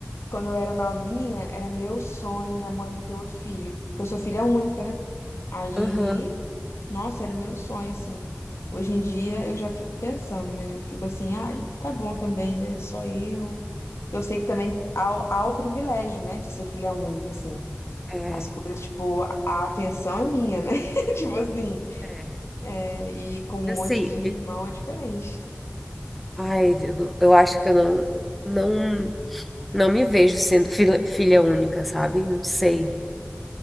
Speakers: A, on the left (about 80°); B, in the centre.
A: quando eu era novinha, era meu sonho minha mãe ter outro filho. Porque eu sou filha única, né? Aí,
B: aham.
A: nossa, era o meu sonho, assim. Hoje em dia eu já fico pensando, né? Fico assim, ai, tá bom também, né? Só eu. Eu sei que também há, há o privilégio, né, de ser filha única, assim.
B: É,
A: As coisas, tipo, a atenção é minha, né? <laughs> Tipo assim.
B: É.
A: É, e com um monte
B: assim,
A: de irmão é diferente.
B: Ai, eu, não- eu acho que eu não, não, não me vejo sendo filha, filha única, sabe? Não sei.